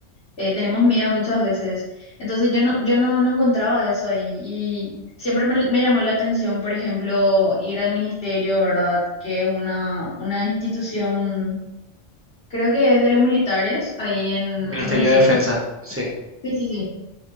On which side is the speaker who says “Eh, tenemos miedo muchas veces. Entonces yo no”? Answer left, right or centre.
Left